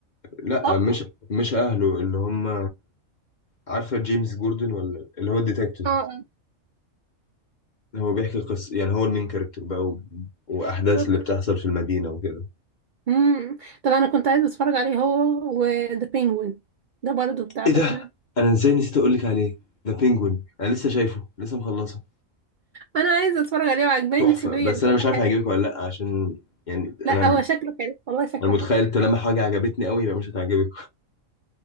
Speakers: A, on the left (about 40°); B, on the right (about 80°).
A: لا
B: صح؟
A: مش مش اهله اللي هم عارفه جيمس جوردن ولا اللي هو الديتكتيف
B: اه
A: هو بيحكي قصة يعني هو المين كاركتر بقى و... واحداث
B: بالظبط.
A: اللي بتحصل في المدينة وكده
B: امم طب أنا كنت عايزة أتفرج عليه هو وذا بينجوين ده برضه بتاع
A: ايه
B: باتمان
A: ده انا ازاي نسيت اقول لك عليه ده بينجوين انا لسه شايفه لسه مخلصه
B: أنا عايزة أتفرج عليه وعجباني
A: تحفه
B: سofia
A: بس
B: وكل
A: انا مش عارف
B: حاجة
A: هيعجبك ولا لا عشان يعني
B: لا
A: انا
B: هو شكله حلو والله شكله
A: انا متخيل
B: حلو
A: طالما حاجه عجبتني قوي يبقى مش هتعجبك